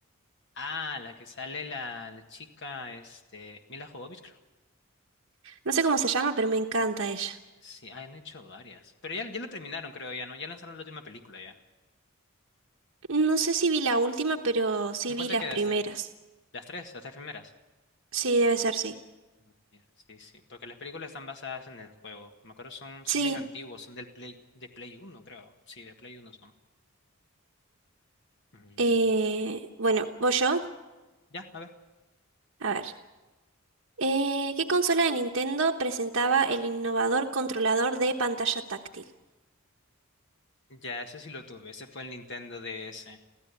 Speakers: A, on the left; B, on the right.
A: Ah, la que sale la, la chica, este, Mila Jovovich,
B: No sé cómo se llama, pero me encanta ella.
A: Sí, han hecho varias. Pero ya, ya la terminaron, creo, ya, ¿no? Ya lanzaron la última película, ya.
B: No sé si vi la última, pero sí
A: ¿En cuál
B: vi
A: te
B: las
A: quedaste?
B: primeras.
A: Las tres, las tres primeras.
B: Sí, debe ser sí.
A: Ah, ya, Sí, sí, porque las películas están basadas en el juego. Me acuerdo, son,
B: Sí.
A: son bien antiguos, son del Play, de Play Uno, creo. Sí, de Play Uno son. Mm.
B: Eh, bueno, voy yo.
A: Ya, a ver.
B: A ver. Eh, ¿qué consola de Nintendo presentaba el innovador controlador de pantalla táctil?
A: Ya, ese sí lo tuve. Ese fue el Nintendo DS.